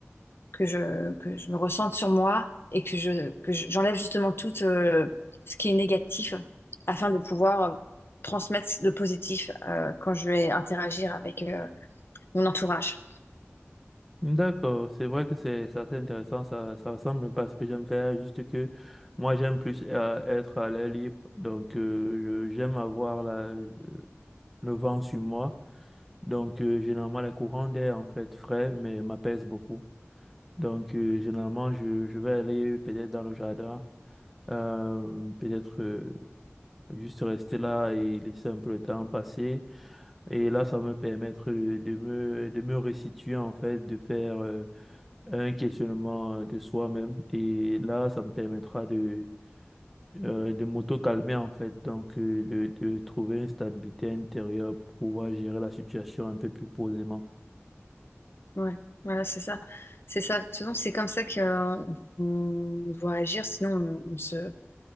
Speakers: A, on the left; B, in the centre.
A: que je, que je me ressente sur moi et que je, que je- j'enlève justement tout euh, ce qui est négatif afin de pouvoir euh, transmettre le positif euh, quand je vais interagir avec euh, mon entourage.
B: D'accord, c'est vrai que c'est c'est assez intéressant, ça, ça ressemble pas à ce que j'aime faire, juste que moi j'aime plus euh, être à l'air libre, donc euh, je- j'aime avoir la, le vent sur moi, donc euh, généralement les courants d'air en fait frais, mais m'apaisent beaucoup. Donc, euh, généralement, je, je vais aller peut-être dans le jardin, euh, peut-être euh, juste rester là et laisser un peu le temps passer. Et là, ça va me permettre de, de me, de me restituer, en fait, de faire euh, un questionnement de soi-même. Et là, ça me permettra de, euh, de m'auto-calmer, en fait, donc euh, de, de trouver une stabilité intérieure pour pouvoir gérer la situation un peu plus posément.
A: Ouais, voilà, c'est ça. C'est ça. De toute façon, c'est comme ça qu'on doit agir, sinon on, on se,